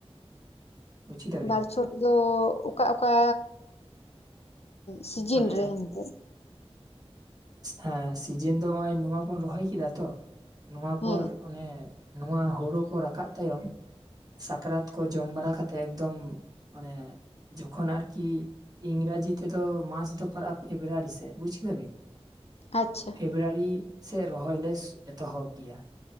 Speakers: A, on the right; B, on the left.
A: ᱵᱩᱡ ᱠᱮᱫᱟᱵᱤᱱ
B: ᱵᱟᱨ ᱪᱷᱚᱴ ᱫᱚ ᱚᱠᱟ ᱚᱠᱟ ᱥᱤᱡᱤᱱ
A: ᱚᱱᱮ
B: ᱨᱮ ᱮᱱᱛᱮᱫ?
A: ᱦᱮᱸ ᱥᱤᱡᱮᱱ ᱫᱚ ᱦᱚᱜᱼᱚᱭ ᱱᱚᱣᱟ ᱵᱚᱱ ᱨᱚᱦᱚᱭ ᱠᱤᱫᱟ ᱛᱚ, ᱱᱚᱣᱟ ᱯᱚᱨ
B: ᱦᱮᱸ
A: ᱚᱱᱮ ᱱᱚᱣᱟ ᱦᱳᱲᱳ ᱠᱚ ᱨᱟᱠᱟᱜ ᱛᱟᱭᱚᱢ ᱥᱟᱠᱨᱟᱛ ᱠᱚ ᱡᱚᱢ ᱵᱟᱨᱟ ᱠᱟᱛᱮᱜ ᱮᱠᱫᱚᱢ ᱟᱱᱮᱼᱼ ᱡᱚᱠᱷᱚᱱ ᱟᱨᱠᱤ ᱤᱝᱨᱮᱡᱤ ᱛᱮᱫᱚ ᱢᱟᱥ ᱫᱚ ᱯᱟᱲᱟᱜᱼᱟ ᱯᱷᱮᱵᱽᱨᱩᱣᱟᱨᱤ ᱥᱮᱜ ᱵᱩᱡ ᱠᱤᱫᱟᱵᱤᱱ?
B: ᱟᱪᱪᱷᱟ
A: ᱯᱷᱮᱵᱽᱨᱟᱣᱨᱤ ᱥᱮᱜ ᱨᱚᱦᱚᱭ ᱞᱮ ᱮᱛᱚᱦᱚᱵ ᱜᱮᱭᱟ,